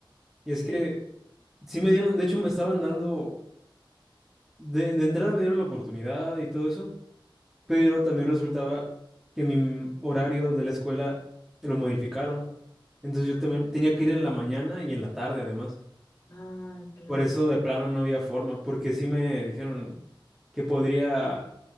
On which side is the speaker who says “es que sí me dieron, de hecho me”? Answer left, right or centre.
Centre